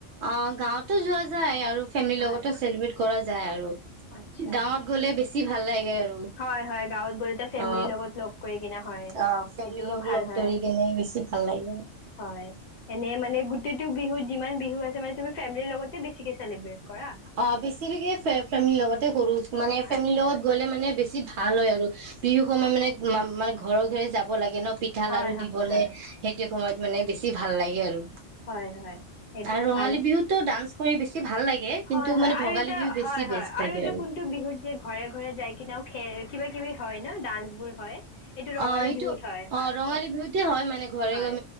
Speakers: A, on the right; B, on the left.
A: অঁ গাঁৱত। টো যোৱা যায় আৰু ফেমিলিৰ
B: হয়
A: লগতো চেলিব্ৰেট কৰা যায় আৰু।
B: আচ্ছা
A: গাঁৱত গ'লে বেছি যি ভাল লাগে আৰু।
B: হয় হয়। গাঁৱত গলে এতে ফেমিলিৰ
A: অ
B: লগত লগ কৰি কিনে হয়।
A: অ ফেমিলি
B: সেইটো
A: লগ
B: ভাল
A: লগ
B: হয়।
A: ধৰি কেনে বেছি ভাল লাগে
B: হয়, এনে মানে। <unintelligible> প্ৰতিটো বিহু, যিমান বিহু আছে মানে তুমি ফেমিলিৰ লগতে বেছিকে চেলিব্ৰেট কৰা
A: অ' বেছিকে ফে-ফেমেলিৰ লগতে কৰোঁ। মানে ফেমিলিৰ
B: আচ্ছা
A: লগত গ'লে মানে বেছি ভাল হয় আৰু, বিহু সময়ত মানে মা-মানে ঘৰে-ঘৰে যাব লাগে। দিনত পিঠা
B: হয়
A: লাৰো
B: হয়
A: দিবলে,
B: হয়
A: সেইটো সময়ত মানে বেছি। বেছি ভাল লাগে আৰু।
B: হয় হয়। সেইটোও
A: আৰু ৰঙালী
B: ভাল
A: বিহুতো ডান্স, কৰি বেছি ভাল লাগে। কিন্তু
B: হয়, হয়,
A: মানে
B: আৰু
A: ভোগালী
B: এটা
A: বিহু বেছি
B: হয়, হয়
A: বেষ্ট লাগে
B: আৰু এটা কোনটো বিহুত যে ঘৰে ঘৰে যাই কিনেও খে কিবা কিবি হয় ন ডান্স বোৰ হয় এইটো ৰঙালী
A: অঁ এইটো
B: বিহুত হয় হয়
A: অঁ ৰঙালী বিহুতে হয় মানে ঘৰে
B: হয়
A: ঘ